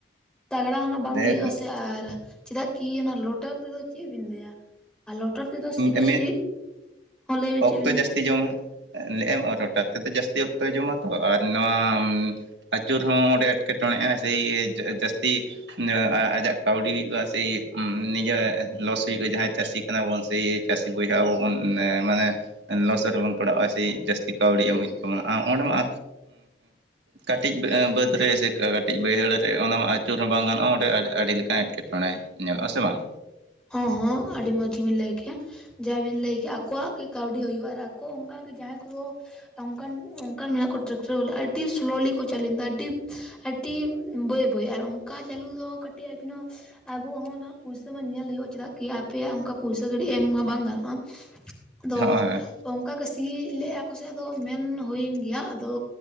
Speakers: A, in the centre; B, on the right.
A: ᱛᱟᱜᱽᱲᱟᱼᱚᱱᱟ ᱵᱟᱝ
B: ᱮ
A: ᱤᱭᱟᱹᱜ ᱟᱥᱮ ᱟᱨ ᱪᱮᱫᱟᱜ ᱠᱤ ᱚᱱᱟ ᱞᱚᱴᱟᱹᱨ ᱛᱮᱫᱚ ᱪᱮᱜ ᱵᱤᱱ ᱞᱟᱹᱭᱟ ᱟᱨ ᱞᱳᱴᱟᱹᱨ ᱛᱮ ᱫᱚ ᱥᱤ ᱫᱚ
B: ᱮ
A: ᱥᱤ ᱦᱚᱸ ᱞᱟᱹᱭ ᱵᱤᱱ
B: ᱚᱠᱛᱚ
A: ᱪᱮᱫ ᱵᱤᱱ
B: ᱡᱟᱹᱥᱛᱤ
A: ᱞᱟᱹᱭᱮᱜᱼᱟ
B: ᱡᱚᱢᱟ ᱞᱮᱜᱼᱟᱢ ᱨᱚᱴᱟᱨ ᱛᱮᱫᱚ ᱡᱟᱹᱥᱛᱤ ᱚᱠᱛᱚᱭ ᱡᱚᱢᱟ ᱛᱚ ᱟᱨ ᱱᱚᱣᱟ ᱟᱹᱪᱩᱨ ᱦᱚᱸ ᱚᱸᱰᱮ ᱮᱸᱴᱠᱮᱴᱚᱬᱮᱜᱼᱟ ᱥᱮᱭ ᱡᱟᱹᱜ ᱡᱟᱹᱥᱛᱤ ᱟᱡᱟᱜ ᱠᱟᱹᱣᱰᱤ ᱦᱩᱭᱩᱜᱼᱟ ᱥᱮ ᱱᱤᱡᱮᱜ ᱞᱚᱥ ᱦᱩᱭᱩᱜᱼᱟ ᱡᱟᱦᱟᱸᱭ ᱪᱟᱹᱥᱤ ᱠᱟᱱᱟ ᱵᱚᱱ ᱥᱮ ᱪᱟᱹᱥᱤ ᱵᱚᱭᱦᱚᱸ ᱟᱵᱚ ᱵᱚᱱ ᱢᱟᱱᱮ ᱞᱚᱥ ᱨᱮᱵᱚᱱ ᱯᱟᱲᱟᱜᱼᱟ ᱥᱮᱭ ᱡᱟᱹᱥᱛᱤ ᱠᱟᱹᱣᱰᱤ ᱮᱢ ᱦᱩᱭᱩᱜ ᱛᱟᱵᱚᱱᱟ ᱟᱸ ᱚᱸᱰᱮ ᱢᱟ ᱠᱟᱹᱴᱤᱡ ᱟᱸ ᱵᱟᱹᱫᱽ ᱨᱮ ᱥᱮ ᱠᱟᱹᱴᱤᱡ ᱵᱟᱹᱭᱦᱟᱹᱲ ᱨᱮ ᱚᱱᱟ ᱢᱟ ᱟᱹᱪᱩᱨ ᱦᱚᱸ ᱵᱟᱝ ᱜᱟᱱᱚᱜᱼᱟ ᱚᱸᱰᱮ ᱟᱹᱰᱤᱞᱮᱠᱟᱱ ᱮᱸᱴᱠᱮᱴᱚᱸᱬᱮ ᱧᱮᱞᱚᱜ ᱟᱥᱮ ᱵᱟᱝ
A: ᱦᱚᱸ ᱦᱚᱸ ᱟᱹᱰᱤ ᱢᱚᱸᱡᱽ ᱜᱮᱵᱤᱱ ᱞᱟᱹᱭ ᱠᱮᱜᱼᱟ ᱡᱟᱦᱟᱸᱭ ᱵᱤᱱ ᱞᱟᱹᱭ ᱠᱮᱜᱼᱟ ᱟᱠᱚᱣᱟᱜ ᱜᱮ ᱠᱟᱹᱣᱰᱤ ᱦᱩᱭᱩᱜᱼᱟ ᱟᱨ ᱟᱠᱚ ᱚᱝᱠᱟᱜᱮ ᱡᱟᱦᱟᱸᱭ ᱠᱚᱫᱚ ᱚᱱᱠᱟᱱ ᱚᱱᱠᱟᱱ ᱢᱮᱱᱟᱜ ᱠᱚ ᱴᱨᱟᱠᱴᱟᱨ ᱵᱟᱞᱟ ᱟᱹᱰᱤ ᱥᱳᱞᱳᱞᱤ ᱠᱚ ᱪᱟᱹᱞᱩᱭᱟ ᱟᱹᱰᱤ ᱟᱹᱰᱤ ᱵᱟᱹᱭ ᱵᱟᱹᱭ ᱟᱨ ᱚᱱᱠᱟ ᱪᱟᱹᱞᱩ ᱫᱚ ᱠᱟᱹᱴᱤᱡ ᱟᱵᱚ ᱦᱚᱸ ᱯᱩᱭᱥᱟ ᱢᱟ ᱧᱮᱞ ᱦᱳᱭᱳᱼᱟ ᱪᱟᱜ ᱠᱤ ᱟᱯᱮᱭᱟᱜ ᱚᱱᱠᱟ ᱯᱩᱭᱥᱟ ᱜᱤᱰᱤ ᱮᱢ ᱢᱟ ᱵᱟᱝ ᱜᱟᱱᱚᱜᱼᱟ᱾ ᱛᱚ
B: ᱦᱳᱭ ᱦᱳᱭ
A: ᱚᱱᱠᱟᱜᱮ ᱥᱤ ᱞᱮᱫᱼᱟ ᱠᱚᱥᱮ ᱟᱫᱚ ᱢᱮᱱ ᱦᱩᱭᱮᱱ ᱜᱮᱭᱟ ᱟᱫᱚ᱾